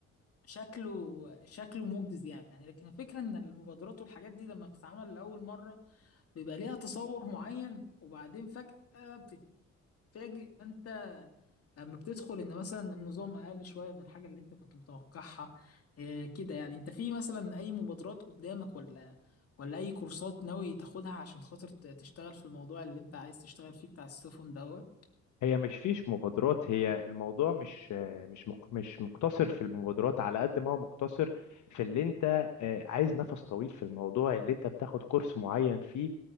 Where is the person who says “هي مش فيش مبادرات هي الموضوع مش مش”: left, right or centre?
Left